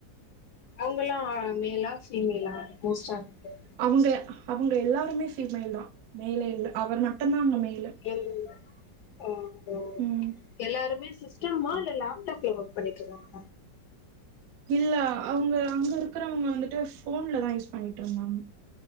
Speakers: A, on the left; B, on the right.
A: அவுங்கலா மெலா ஃபீமெலா மோஸ்டா இருக்கது
B: அவங்க அவுங்க எல்லாருமே ஃபீமெயில்தா மெயிலே இல்ல அவர் மட்டுந்தா அங்க மெய்லு
A: இல்ல ஆ ஓ
B: ம்
A: எல்லாருமே சிஸ்டமா இல்ல லேப்டாப்ல ஒர்க் பண்ணிட்ருந்தாங்
B: இல்ல அவுங்க அங்க இருக்கறவுங்க வந்துட்டு போன்ல தா யூஸ் பண்ணிட்டு இருந்தாங்க